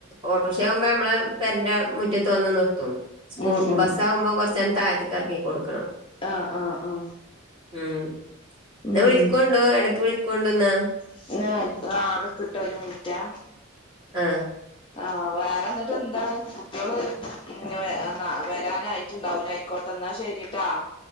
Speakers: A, on the right; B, on the left.
A: ഓട്ടോറിക്ഷയാകുമ്പോ നമ്മള് പെരന്റെ മുറ്റത്ത് വന്ന് നിർത്തും സ്കൂൾ
B: ഉം ഉം
A: ബസ്സാകുമ്പോ കൊറച്ചണ് താഴത്തേക്ക് എറങ്ങി കൊടുക്കണം
B: ആ ആ ആ
A: ഉം
B: ഉം
A: എന്നാ വിളിക്കണ്ടൂ ഇടക്ക് വിള കൊണ്ടന്ന
B: <unintelligible> അവിടെ നിക്ക് ട്ടോ ഒരു മിനിറ്റാ
A: ആഹ്
B: ആഹ് വേറെന്നിട്ട് എന്താണ് കുട്ടികള് <unintelligible> വരാനായിട്ട്ണ്ടാവുലെ അയിക്കോട്ടെ ട്ടെന്നാ ശരിട്ടാ